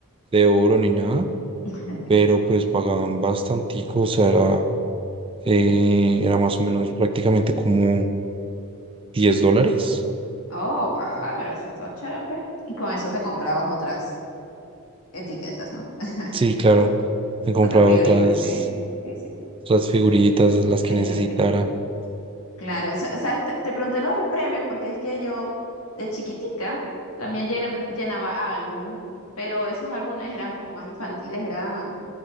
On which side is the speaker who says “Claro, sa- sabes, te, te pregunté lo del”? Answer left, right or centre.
Left